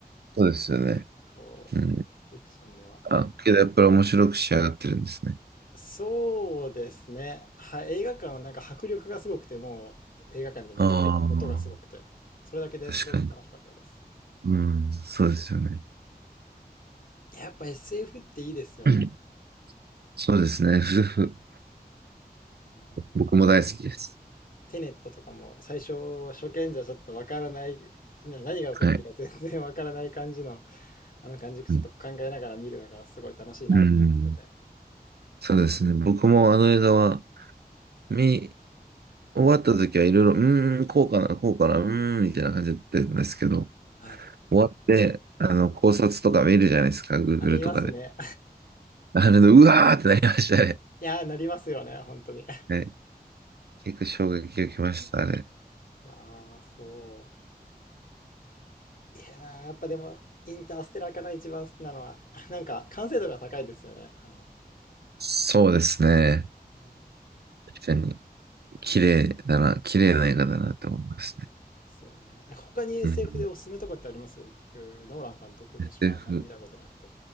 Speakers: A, on the right (about 80°); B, on the left (about 55°).
A: そうですよね。
B: こう、
A: うん
B: フィクションでは。
A: あ、けどやっぱり面白く仕上がってるんですね。
B: そうですね。は、映画館はなんか迫力がすごくて、もう映画館で見たら音がすごくて、
A: あ
B: それだけですごく楽しかったです。
A: あ、確かに。うん、そうですよね。
B: やっぱ SF っていいですよね。
A: <clears throat> そうですね。<laughs> ふふ
B: あの
A: 僕も大好きです。
B: ー、テネットとかも最初初見じゃちょっとわからない、な何が起こってるか全然わからない感じの、
A: はい。
B: あの感じちょっと考えながら見るのがすごい楽しいなって思ってて。
A: うん、うんそうですね。僕もあの映画は、見終わった時はいろいろ、うーん、こうかな、こうかな、うーん、みたいな感じだったんですけど、
B: はい。
A: 終わって、あの、考察とか見るじゃないですか、Google
B: あ、見ますね。
A: とかで。あれで、うわーってなりましたね。
B: <laughs> いやー、なりますよね、本当に。い
A: ね、結構衝撃を受けました、あれ。
B: やー、そう。いやー、やっぱでも、インターステラーかな、一番好きなのは。<laughs> なんか、完成度が高いですよね。あの、
A: そうですね。
B: うーん、
A: 確かに。
B: そう
A: 綺麗だな、綺麗な映画だなって思いますね。
B: ですよね。なんか他に SF
A: うん。
B: でおすすめとかってあります僕、ノーラン監督のしかあんまり見たことなくて。
A: SF、